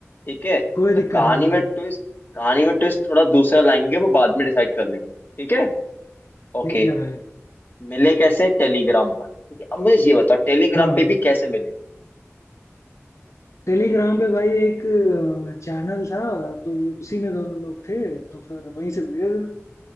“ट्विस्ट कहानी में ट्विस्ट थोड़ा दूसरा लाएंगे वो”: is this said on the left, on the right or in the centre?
Left